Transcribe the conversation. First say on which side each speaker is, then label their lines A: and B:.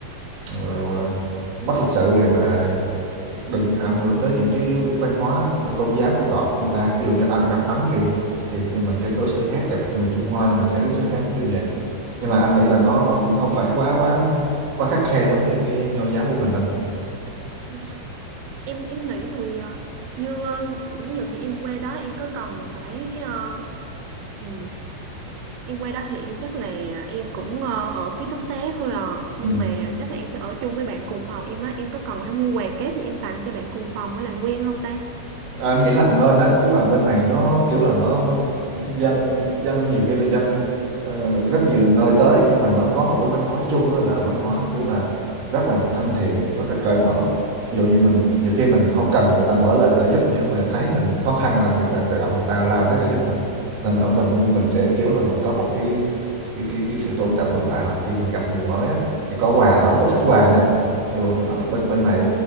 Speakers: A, on the right; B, on the right.
A: ờ, mất lịch sự hoặc là đừng ảnh hưởng tới những cái văn hóa, tôn giáo của tọ người ta. Ví dụ như, à, gặp Ấn thì thì mình cách đối xử khác, gặp người Trung Hoa thì mình sẽ đối xử khác, ví dụ vậy nhưng mà anh nghĩ là nó nó cũng không phải quá quá quá khắt khe giống như cái nho giáo của mình đâu
B: Dạ. Em em nghĩ thì ờ, như ờ, ví dụ như em qua đó em có cần phải ờ, ừ, Em qua đó thì chắc là em cũng ờ, ở ký túc xá thôi à. Nhưng
A: Ừ.
B: mà chắc là em sẽ ở chung với bạn cùng phòng em á. Em có cần phải mua quà kép gì em tặng cho bạn cùng phòng để làm quen không ta?
A: À, anh nghĩ là nên á tức là bên này nó kiểu là nó dân dân nhiều khi là dân ờ, rất nhiều nơi tới nhưng mà nó có một cái văn hóa chung á là văn hóa kiểu là rất là thân thiện rất là cởi mở ví dụ như mình
B: Ừ,
A: nhiều khi mình không cần người ta mở lời người ta giúp nhưng mà thấy mình khó khăn là người ta tự động người ta lao tới người giúp mà nên ở mình
B: ừ,
A: mình sẽ kiểu là mình có một cái cái cái, cái sự tôn trọng ngược lại là khi mình gặp người mới á thì có quà họ rất là thích quà nha dù ở bên bên này